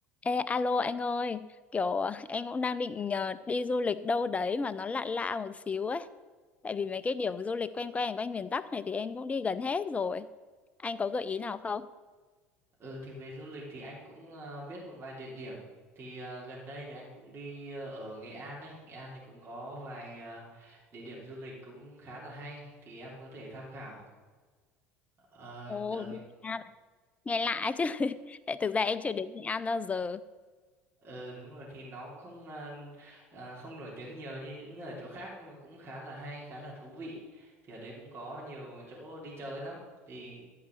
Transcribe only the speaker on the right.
Ừ thì về du lịch thì anh cũng ờ, biết một vài địa điểm. Thì ờ, gần đây thì anh cũng đi ờ, ở Nghệ An ấy. Nghệ An thì cũng có vài ờ, địa điểm du lịch cũng khá là hay thì em có thể tham khảo. Ờ,
ở Nghệ...
Ờ đúng rồi thì nó cũng không à, à, không nổi tiếng nhiều như những ở chỗ khác nhưng mà cũng khá là hay khá là thú vị thì ở đấy cũng có nhiều chỗ đi chơi lắm thì